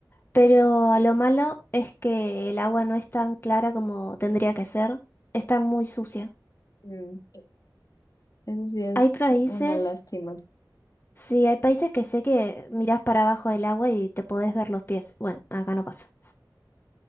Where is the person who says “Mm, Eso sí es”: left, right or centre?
Left